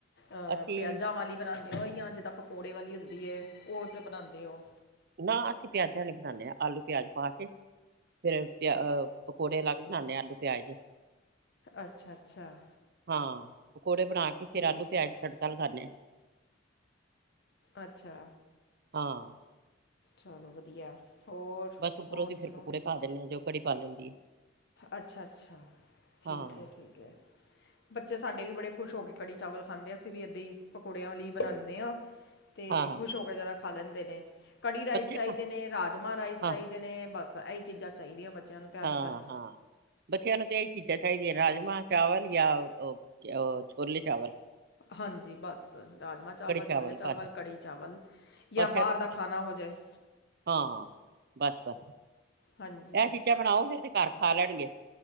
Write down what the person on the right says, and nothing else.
ਅਸੀਂ
ਨਾ ਅਸੀਂ ਪਿਆਜ਼ਾਂ ਵਾਲੀ ਬਣਾਦੇ ਹਾਂ। ਆਲੂ ਪਿਆਜ਼ ਪਾ ਕੇ ਫੇਰ ਪ ਪਕੌੜੇ ਅਲੱਗ। ਬਣਾਣੇ ਆਂ ਆਲੂ ਪਿਆਜ਼ ਦੀ
ਹਾਂ ਪਕੌੜੇ ਬਣਾ ਕੇ
ਫੇਰ ਆਲੂ ਪਿਆਜ਼
ਤੜਕਾ। ਤੜਕਾ ਲਗਾਉਣੇ ਆਂ।
ਹਾਂ।
ਬਸ ਉੱਪਰੋਂ
ਦੀ
ਫਿਰ ਪੌਕੜੇ ਪਾ ਦਿੰਦੇ ਆਂ ਜੋ ਕੜੀ ਪਾ ਦਿੰਦੀ ਹੈ।
ਹਾਂ
ਹਾਂ
ਬੱਚੇ
ਖਾ
ਹਾਂ
ਹਾਂ
ਹਾਂ। ਬੱਚਿਆਂ ਨੂੰ ਤਾਂ ਇਹੀ ਚੀਜ਼ਾਂ ਚਾਹੀਦੀਆਂ ਰਾਜਮਾਂਹ ਚਾਵਲ ਜਾਂ ਉਹ ਛੋਲੇ ਚਾਵਲ।
ਕੜੀ
ਬਸ
ਬਸ
ਇਹ ਤੇ ਕੁਛ
ਹਾਂ ਬਸ ਬਸ ਇਹ
ਚੀਜ਼ਾਂ ਬਣਾਓ ਫਿਰ ਤੇ ਘਰ ਖਾ ਲੈਣਗੇ।